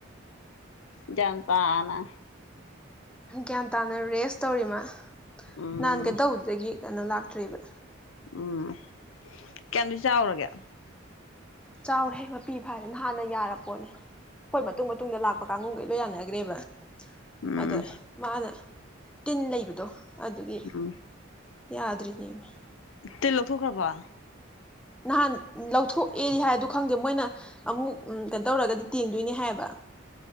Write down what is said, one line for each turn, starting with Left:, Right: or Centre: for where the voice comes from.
Left: ꯟꯇꯥꯅ
Centre: ꯒ꯭ꯌꯥꯟ ꯇꯥꯅ ꯔꯦꯁ ꯇꯧꯔꯤꯃ
Left: ꯎꯝ
Centre: ꯅꯥꯟꯒꯗ ꯍꯗꯒꯤ ꯀꯩꯅꯣ ꯂꯥꯛꯇ꯭ꯔꯤꯕ
Left: ꯎꯝ ꯀꯌꯥꯝꯁꯨ ꯆꯥꯎꯔꯒꯦ
Centre: ꯆꯥꯎꯔꯦꯕ ꯄꯤꯕ ꯍꯥꯏꯔꯦ ꯅꯍꯥꯟꯅ ꯌꯥꯔꯕ ꯄꯣꯠꯅꯤ ꯍꯣꯏ ꯃꯇꯨꯡ ꯃꯇꯨꯡꯗ ꯂꯥꯛꯄ ꯀꯥꯡꯒꯨꯝꯈꯩ ꯂꯣꯏ ꯌꯥꯅꯈ꯭ꯔꯦꯕ
Left: ꯎꯝ
Centre: ꯑꯗꯦ ꯃꯥꯅꯦꯦ ꯇꯤꯟ ꯂꯩꯕꯗꯣ ꯑꯗꯨꯒꯤ
Left: ꯎꯝ
Centre: ꯌꯥꯗ꯭ꯔꯤꯅꯦ <inaudible>
Left: ꯇ ꯂꯧꯊꯣꯛꯈ꯭ꯔꯕ
Centre: ꯅꯍꯥꯟ ꯂꯧꯊꯣꯛꯑꯦꯗꯤ ꯍꯥꯏꯗꯣ ꯈꯪꯗꯦ ꯃꯣꯏꯅ ꯑꯃꯨꯛ ꯀꯩꯅꯣ ꯇꯧꯔꯒꯗꯤ ꯇꯦꯡꯗꯣꯏꯅꯦ ꯍꯥꯏꯌꯦꯕ